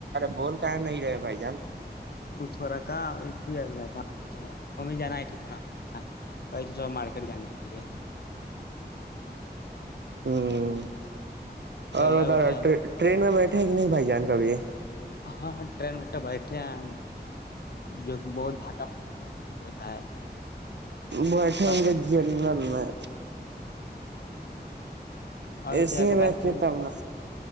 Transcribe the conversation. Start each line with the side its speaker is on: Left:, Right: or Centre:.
Right: بول کہاں نہیں رہے بائی جان
Left: کچھ ہو رہا کہاں ہو ات ہے اںا وہ جانا ہے تھی تھ نا کہئی تھی تھوڑا مارکیٹ جانے کے لیے
Right: ہوں
Left: چلیے
Right: اور بتا
Left: بیٹے
Right: رہا ٹرین میں بیٹھے ہیں کہ نہی بیٹھے ہیں کبھی
Left: ہاں ٹرین میں تو بیٹھے ہیں جو کہ بہت بھاکا ہوتا ہے
Right: بیٹھے
Left: اور
Right: ہوں گے جنرل میں
Left: اور
Right: اسیے
Left: بیٹے آپ
Right: ہی
Left: کو
Right: بیچےتا
Left: بائک کھلانا
Right: اپنا